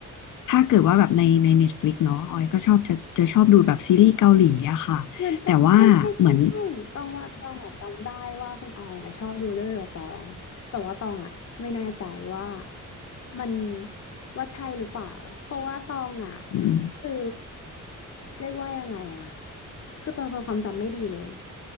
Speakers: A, on the left (about 70°); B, on the left (about 50°).
A: ถ้าเกิดว่าแบบในใน Netflix เนาะออยก็ชอบจะจะชอบดูแบบซีรีส์เกาหลีอะค่ะแต่ว่าเหมือน
B: เหมือนกันใช่ใช่ใช่ใช่ตองว่าตองอะจำได้ว่าคุณออยอะชอบดูเรื่องเดียวกับตองแต่ว่าตองอะไม่แน่ใจว่ามันว่าใช่หรือเปล่าเพราะว่าตองอะ
A: <laughs> อืม
B: คือเรียกว่ายังไงอะคือตองเป็นคนความจำไม่ดีเลย